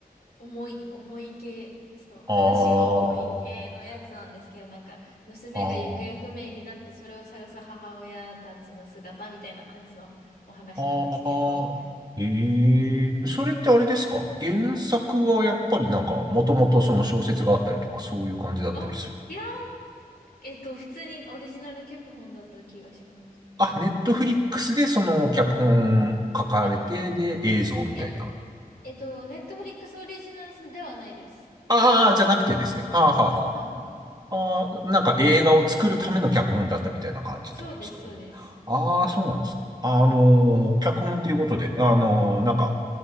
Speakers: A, on the left; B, on the right.
A: 重い、重い系、ちょっと話が重い系のやつなんですけど、
B: ほう
A: なんか、娘が行方不明になってそれを探す母親たちの姿みたいな感じのお話なんですけど、
B: ああ、ああ。ああ、ええそれってあれですか原作はやっぱりなんか、もともとその小説があったりとか、そういう感じだったりする。
A: あ、いや、えっと、普通にオリジナル脚本だった気がします。
B: あ、ネットフリックスでその脚本書かれて、
A: あ、
B: で、映像みたいな。
A: いや、えっと、ネットフリックスオリジナルではないです。
B: ああ、
A: あの、
B: じゃなくてですね。はあ、は
A: は、
B: あ、はあ。ああ、なんか映画を作るための脚本だったみたいな感じってことですかね。
A: そうです、そうです。
B: ああ、そうなんですね。あのー脚本っていうことで、あのーなんか、